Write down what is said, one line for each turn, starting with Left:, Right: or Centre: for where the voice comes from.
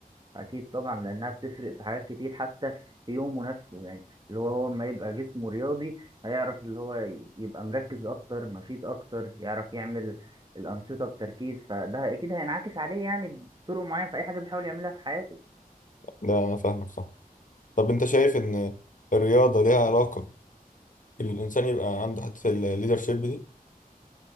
Right: أكيد طبعا لأنها بتفرق في حاجات كتير حتى في يومه نفسه يعني اللي هو هو لما يبقى جسمه رياضي هيعرف اللي هو ي- يبقى مركز أكتر نشيط أكتر يعرف يعمل الأنشطة بتركيز فده أكيد هينعكس عليه يعني بطرق معينة في أي حاجة بيحاول يعملها في حياته
Left: ده أنا فاهمك صح طب أنت شايف إن الرياضة ليها علاقة إن الإنسان يبقى عنده حتة الليدرشيب دي؟